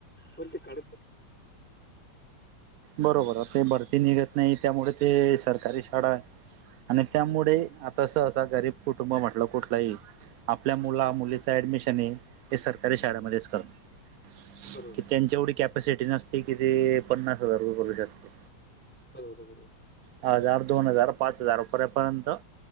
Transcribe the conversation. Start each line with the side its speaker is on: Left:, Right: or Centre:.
Centre: पण ते काढत नाही.
Right: बरोबर ते भरती निघत नाही त्यामुळे ते सरकारी शाळा आहे. आणि त्यामुळे आता सहसा गरीब कुटुंब म्हटलं कुठलाही. आपल्या मुला
Centre: हम्म.
Right: मुलीच ऍडमिशन आहे. हे सरकारी शाळेमध्येच
Centre: हम्म.
Right: करत
Centre: बरोबर
Right: कि
Centre: आहे.
Right: त्यांची एवढी कॅपसिटी नसते कि ते पन्नास. हार ब टते.
Centre: बरोबर आहे बरोबर.
Right: हजार दोन हजार पाच हजारपेपर्यंत.